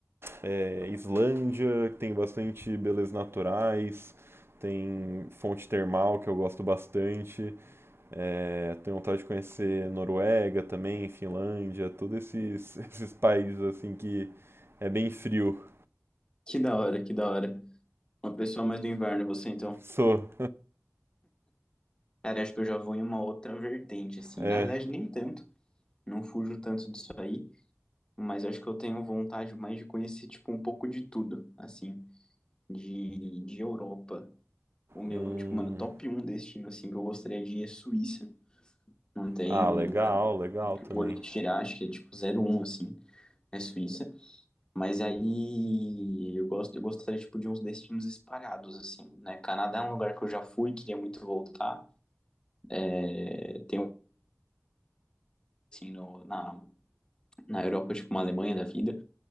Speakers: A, on the right; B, on the left.
A: é, Islândia, que tem bastante belezas naturais, tem fonte termal que eu gosto bastante. É, tenho vontade de conhecer Noruega também, Finlândia, todos esses, <laughs> esses países assim que é bem frio.
B: que da hora, que da hora. Uma pessoa mais do inverno, você então.
A: Sou.
B: Cara, acho que eu já vou em uma outra vertente, assim.
A: É.
B: Na verdade, nem tanto, não fujo tanto disso aí. Mas acho que eu tenho vontade mais de conhecer, tipo, um pouco de tudo, assim, de, de Europa. O meu,
A: hum,
B: tipo, mano, top um destino, assim, que eu gostaria de ir é Suíça. Não tem,
A: ah, legal,
B: cara,
A: legal também.
B: o olho que tirar, acho que é, tipo, zero um assim, é Suíça. Mas aí eu gosto, eu gostaria, tipo, de uns destinos espalhados, assim, né? Canadá é um lugar que eu já fui, queria muito voltar. É, tem, assim, no, na, na Europa, tipo, uma Alemanha da vida.